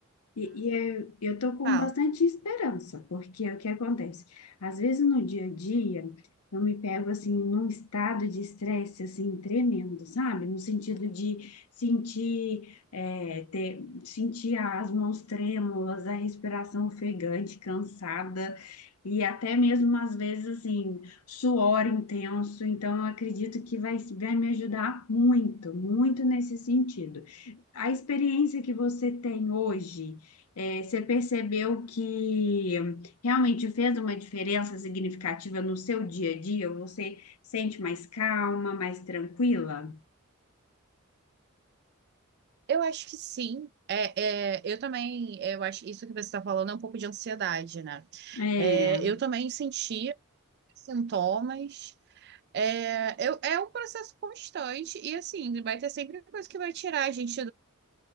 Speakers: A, on the left; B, on the right.
A: E, e eu, eu tô com
B: fala.
A: bastante esperança, porque é o que acontece? Às vezes no dia a dia, eu me pego assim num estado de estresse assim tremendo, sabe? No sentido de sentir, é, ter, sentir as mãos trêmulas, a respiração ofegante, cansada, e até mesmo às vezes assim, suor intenso. Então, eu acredito que vai, vai me ajudar muito, muito nesse sentido. A experiência que você tem hoje. É, você percebeu que realmente fez uma diferença significativa no seu dia a dia? Você sente mais calma, mais tranquila?
B: Eu acho que sim. É, é, eu também, eu acho que isso que você está falando é um pouco de ansiedade, né?
A: É.
B: É, eu também sentia sintomas. É, eu, é um processo constante e assim, vai ter sempre coisa que vai tirar a gente